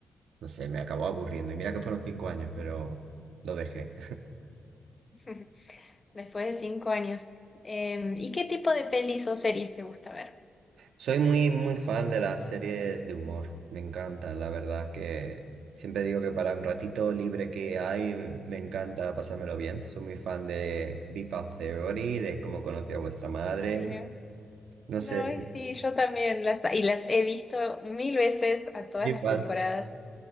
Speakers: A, on the right; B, on the left.
A: no sé, me acabó aburriendo y mira que fueron cinco años, pero lo dejé.
B: <laughs> después de cinco años. Em, ¿y qué tipo de pelis o series te gusta ver?
A: Soy muy, muy fan de las series de humor, me encantan, la verdad es que siempre digo que para un ratito libre que hay, me encanta pasármelo bien. Soy muy fan de Big Bang Theory, de cómo conocí a vuestra madre,
B: Ay, no.
A: no
B: No,
A: sé,
B: y sí, yo también las y las he visto mil veces a todas
A: Yo igual.
B: las temporadas.